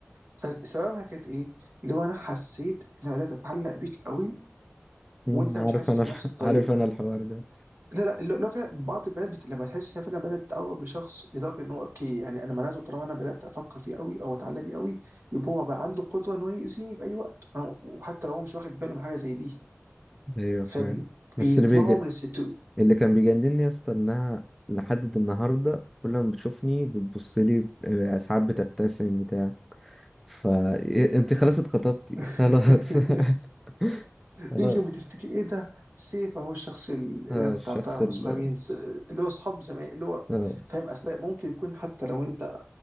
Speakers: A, on the right (about 50°); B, in the centre.
A: فسببها كانت ايه؟ اللي هو انا حسيت ان بدات اتعلق بيك قوي
B: مم،
A: وانت
B: عارف
A: مش حاسس
B: انا
A: بنفس
B: <laughs>
A: الطريقه
B: عارف انا الحوار ده
A: لا لا اللي هو فعلا بعض البنات بت... لما تحس انها فعلا بدات تقرب لشخص لدرجه ان هو اوكي يعني انا معناته طالما انا بدات افكر فيه قوي او اتعلق بيه قوي يبقى هو بقى عنده قدوه ان هو يأذيني في اي وقت أو- وحتى لو هو مش واخد باله من حاجه زي دي
B: ايوه
A: فبيطلعوا
B: فاهم بس اللي بيجي
A: من الستور
B: اللي كان بيجنني يا اسطى انها لحد النهارده كل ما بتشوفني بتبص لي ب- ساعات بتبتسم بتاع ف إيه، انت خلاص اتخطبتي
A: <laughs>
B: خلاص <laughs> خلاص
A: يمكن بتفتكر ايه ده سيف هو الشخص اللي
B: آه
A: انا كنت
B: الشخص
A: عارفاه واحنا
B: ال
A: صغيرين س- اللي هو اصحاب زمان اللي هو
B: اه
A: فاهم اصل ممكن يكون حتى لو انت